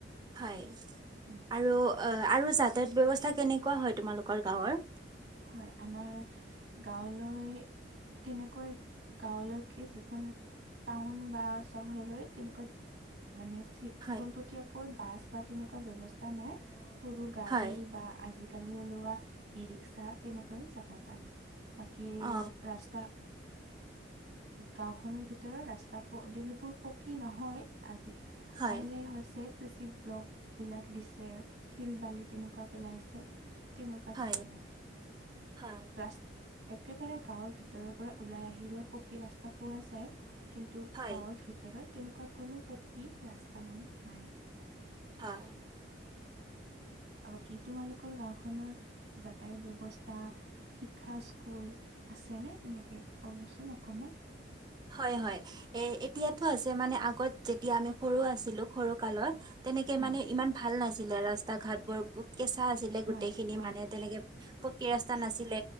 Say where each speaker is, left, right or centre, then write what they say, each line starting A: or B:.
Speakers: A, on the right; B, on the right.
A: হয়
B: উম,
A: আৰু আৰু যাতা য়ত ব্যৱস্থা কেনেকুৱা হয় তোমালোকৰ গাঁৱৰ?
B: হয়, আমাৰ গাঁৱলৈ তেনেকৈ গাঁৱলৈকে যিখন টাউন বা চহৰলৈ তেনেকুৱা মানে চিট
A: হয়
B: পোনপটীয়াকৈ বাছ বা তেনেকুৱা ব্যৱস্থা নাই। সৰু গাড়ী
A: হয়
B: বা আজিকালি ওলোৱা ই ৰিক্সা তেনেকৈ যাব পাৰে। বাকি
A: অ
B: ৰাস্তা গাওখনৰ ভিতৰত ৰাস্তা পদূলিবোৰ পকী নহয়। আজি
A: হয়
B: লাহে লাহে হৈছে। চিচি ব্লক বিলাক দিছে শিল বালি তেনেকুৱা পেলাইছে। ঠিক তেনেকুৱা
A: হয়
B: ধৰণৰে।
A: হয়।
B: ৰাচ একেবাৰে গাঁৱৰ ভিতৰৰ পৰা ওলাই আহিলে পকী ৰাস্তা পোৱা যায়। কিন্তু
A: হয়
B: গাঁৱৰ ভিতৰত তেনেকুৱা কোনো পকী ৰাস্তা মানে নাই।
A: হয়।
B: বাকী তোমালোকৰ গাঁওখনৰ যাতায়ত ব্যৱ্স্থা শিক্ষা স্কুল আছেনে? তেনেকে ক'বচোন অকণমান।
A: হয়, হয় এ এতিয়াতো আছে মানে আগত যেতিয়া আমি সৰু আছিলো সৰু কালত তেনেকে
B: উম
A: মানে ইমান ভাল নাছিলে। ৰাস্তা-ঘাট বোৰ কেঁচা আছিলে।
B: হয়
A: গোটেই খিনি
B: অ
A: মানে তেনেকে পকী ৰাস্তা নাছিলে,